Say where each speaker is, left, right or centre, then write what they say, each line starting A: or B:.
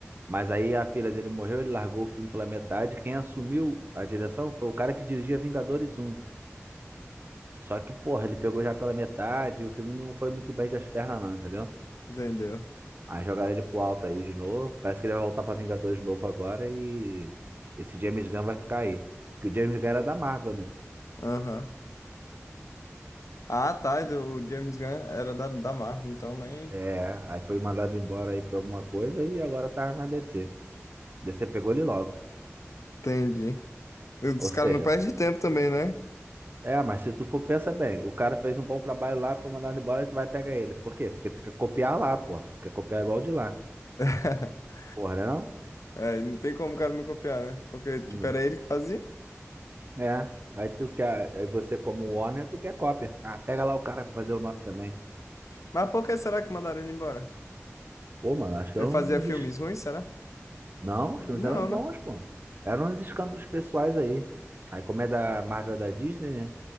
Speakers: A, on the right; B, on the left.
A: Mas aí a filha dele morreu, ele largou o filme pela metade. Quem assumiu a direção foi o cara que dirigia Vingadores um Só que, porra, ele pegou já pela metade e o filme não foi muito bem das pernas, não, entendeu?
B: Entendeu?
A: Aí jogaram ele pro alto aí de novo. Parece que ele vai voltar pra Vingadores de novo agora e esse James Gunn vai ficar aí. Porque o James Gunn era da Marvel, né?
B: Aham. Ah, tá. e do- O James Gunn era da, da Marvel, então nem.
A: É, aí foi mandado embora aí por alguma coisa e agora tá na DC. DC pegou ele logo.
B: Entendi. Os
A: Ou seja,
B: caras não perdem tempo também, né?
A: é, mas se tu for, pensa bem, o cara fez um bom trabalho lá, foi mandado embora, e tu vai pegar ele. Por quê? Porque tu quer copiar lá, pô. Quer copiar igual o de lá.
B: <laughs>
A: Porra, né não?
B: É, não tem como o cara não copiar, né? Porque, tipo,
A: Hum.
B: era ele que fazia.
A: É. Aí tu quer, aí você como Warner, tu quer cópia. Ah, pega lá o cara pra fazer o nosso também.
B: Mas por que será que mandaram ele embora?
A: Pô, mano, acho que
B: Ele
A: eram
B: fazia
A: uns...
B: filmes
A: es-
B: ruins, será?
A: Não,
B: Não,
A: os filmes eram bons,
B: né?
A: pô. Eram uns escândalos pessoais aí. Aí como é da Marvel é da Disney, né?